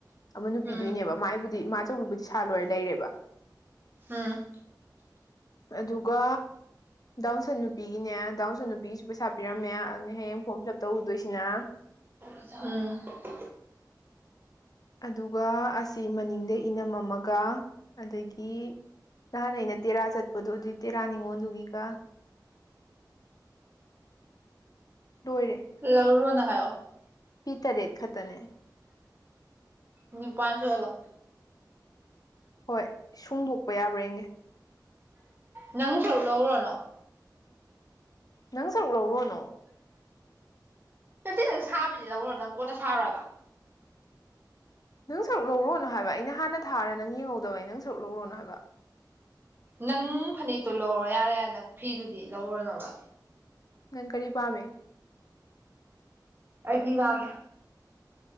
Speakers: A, on the left; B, on the right.
A: ꯑꯃ ꯅꯨꯄꯤꯗꯣꯏꯅꯦꯕ
B: ꯎꯝ
A: ꯃꯥꯏꯕꯨꯗꯤ ꯃꯥ ꯑꯆꯧꯕꯕꯨꯗꯤ ꯁꯥ ꯂꯣꯏꯔ ꯂꯩꯔꯦꯕ
B: ꯎꯝ
A: ꯑꯗꯨꯒ ꯗꯥꯎꯟꯁꯟ ꯅꯨꯄꯤꯒꯤꯅꯦ ꯗꯥꯎꯟꯁꯨ ꯅꯨꯄꯤꯒꯤꯁꯨ ꯄꯩꯁꯥ ꯄꯤꯔꯝꯃꯦ ꯑꯗꯨꯅꯦ ꯍꯌꯦꯡ ꯐꯣꯔꯝ ꯐꯤꯜ ꯑꯞ ꯇꯧꯨꯗꯣꯏꯁꯤꯅ
B: ꯑꯝ
A: ꯑꯗꯨꯒ ꯑꯁꯤ ꯃꯅꯤꯡꯗ ꯏꯅꯝ ꯑꯃꯒ ꯑꯗꯒꯤ ꯅꯍꯥꯟ ꯑꯩꯅ ꯇꯦꯔꯥ ꯆꯠꯄꯗꯣ ꯑꯗꯨꯏ ꯇꯦꯔꯥ ꯅꯤꯉꯣꯜꯗꯨꯒꯤꯒ ꯂꯣꯏꯔꯦ
B: ꯂꯧꯔꯣꯅ ꯍꯥꯏꯔ
A: ꯐꯤ ꯇꯔꯦꯠ ꯈꯛꯇꯅꯦ
B: ꯃꯤ ꯄ ꯁ ꯋꯥꯂ
A: ꯍꯣꯏ ꯁꯨꯡꯗꯣꯛꯄ ꯌꯥꯕ꯭ꯔꯥꯡꯒꯦ
B: ꯅꯪ ꯁꯔꯨꯛ ꯂꯧꯔꯅꯣ
A: ꯅꯪ ꯁꯔꯨꯛ ꯂꯧꯔꯣꯅꯣ
B: ꯁꯤ ꯅꯪ ꯁꯥꯕꯁꯤ ꯂꯧꯔꯣ ꯅꯪ ꯀꯣꯟꯅ ꯁꯥꯔꯣꯏꯕ
A: ꯅꯪ ꯁꯔꯨꯛ ꯂꯧꯔꯣꯅꯨ ꯍꯥꯏꯕ ꯑꯩꯅ ꯍꯥꯟꯅ ꯊꯥꯔ ꯅꯪ ꯌꯦꯡꯍꯧꯗꯕꯩ ꯅꯪ ꯁꯔꯛ ꯂꯧꯔꯣꯅꯨ ꯍꯥꯏꯕ
B: ꯅꯪ ꯐꯅꯦꯛꯇꯣ ꯂꯧꯔꯣ ꯌꯥꯔꯦ ꯅꯪ ꯐꯤꯗꯨꯗꯤ ꯂꯧꯔꯅꯣꯕ
A: ꯅꯪ ꯀꯔꯤ ꯄꯥꯝꯃꯦ
B: ꯑꯩ ꯊꯤ ꯇꯥꯃꯦ